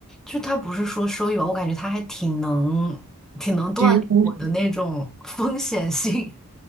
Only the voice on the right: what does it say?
抵御风险。